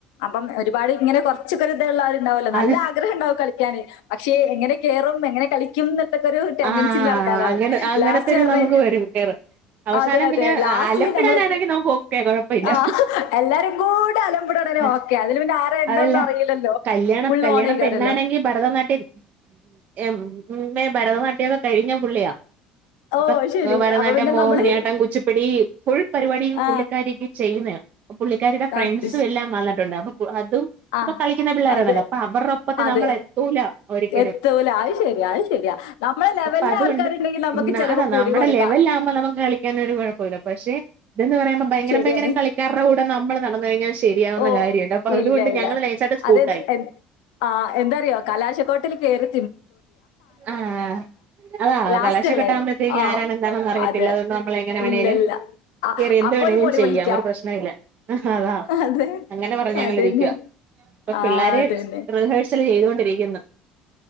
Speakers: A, on the left; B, on the right.
A: അപ്പം ഒരുപാട് ഇങ്ങനെ കുറച്ചൊക്കെ ഒരു ഇത് ഉള്ളവരുണ്ടാവുമല്ലോ നല്ല
B: അത്
A: ആഗ്രഹം ഉണ്ടാവും കളിക്കാന് പക്ഷേ എങ്ങനെ കേറും എങ്ങനെ കളിക്കും എന്നുള്ളതൊക്കെ ഒരു ടെൻഡൻസി
B: ആ
A: ഉള്ള ആൾക്കാരാണ്.
B: അങ്ങനെ അങ്ങനെത്തൊരു
A: ലാസ്റ്റ് പറഞ്ഞ്
B: നമുക്ക് വരും കേറ അവസാനം
A: അതെ അതെ
B: പിന്നെ
A: ലാസ്റ്റില്
B: അലംമ്പിടാനാണെങ്കി
A: ഞങ്ങള്
B: നമുക്ക് ഓക്കെ കൊഴപ്പ ഇല്ല.
A: ആ എല്ലാരും കൂടെ അലമ്പിടണേ
B: ആ
A: ഓക്കെ. അതില് പിന്നെ ആരാ എന്താന്നൊന്നും
B: അതല്ല
A: അറിയില്ലല്ലോ.
B: കല്യാണം
A: ഫുൾ
B: കല്യാണപെണ്ണാണെങ്കി
A: ഓണേക്കാരല്ലോ.
B: ഭരതനാട്യം എം എ ഭരതനാട്യമൊക്കെ കഴിഞ്ഞ പുള്ളിയാ.
A: ഓ
B: അപ്പൊ
A: ശരി.
B: ഭരനാടം
A: അപ്പൊ പിന്നെ
B: മോഹിനിയാട്ടം
A: നമ്മള്
B: കുച്ചിപ്പിടി ഫുൾ പരിപാടി
A: ആ
B: പുള്ളിക്കാരിക്കെ ചെയ്യുന്നതാണ്. പുള്ളിക്കാരുടെ ഫ്രണ്ട്സും
A: ആ, അത് ശരി.
B: എല്ലാം വന്നിട്ടുണ്ട് അപ്പ അതക്ക
A: ആ
B: കളിക്കുന്ന പിള്ളോരാണല്ലോ
A: അതെ
B: അപ്പൊ അവരുടെ ഒപ്പത്തിന്
A: അതെ.
B: നമ്മളെ എത്തൂല ഒരിക്കലും.
A: എത്തൂല അത് ശരിയാ അത് ശരിയാ നമ്മളെ ലെവലിലെ
B: അപ്പൊ അതുകൊണ്ട്
A: ആൾക്കാരുണ്ടെങ്കിൽ നമുക്ക് ചെലവ്
B: അതാ
A: കൂടി
B: നമ്മുടെ
A: കൊടുക്കാം
B: ലെവല ആവുമ്പോ നമുക്ക് കളിക്കൻ ഒരു കുഴപ്പ ഇല്ല. പക്ഷെ ഇതന്ന് പറയുമ്പോ ഭയങ്കര
A: ശരിയാണ്
B: ഭയങ്കര കളിക്കാരുടെ കൂടെ നമ്മള് നടന്ന കഴിഞ്ഞാൽ ശരിയാവുന്ന
A: ഓ
B: കാര്യുണ്ട് അപ്പൊ അതുകൊണ്ട്
A: ഇല്ല ഇല്ല
B: ഞങ്ങള് നൈസാട്ട് സ്കൂട്ടായി.
A: അത് എൻ- ആ എന്താറിയോ കലാശക്കോട്ടിൽ കേറി
B: ആ അതാ
A: ലാസ്റ്റ്
B: കലാശക്കൊട്ടവുമ്പോഴത്തേക്ക്
A: അല്ലേ ആ
B: ആരാണ് എന്താണെന്ന് അറിയത്തില്ല
A: അതെ
B: അതൊന്നും നമ്മള എങ്ങനെ വേണലും
A: ഇല്ല ഇല്ല അ-
B: കേറി എന്ത്
A: അപ്പൊ
B: വേണമേലും
A: ഒരു പൊളി
B: ചെയ്യാം
A: വിളിക്കാം
B: ഒരു പ്രശ്നല്ല അതാ.
A: അതെ
B: അങ്ങനെ പറഞ്ഞു ഞങ്ങളിരിക്കുക
A: അതന്നെ
B: ഇപ്പൊ
A: ആ
B: പിള്ളേര്
A: അതന്നെ
B: റിഹേഴ്സൽ ചെയ്തൊണ്ടിരിക്കുന്നു.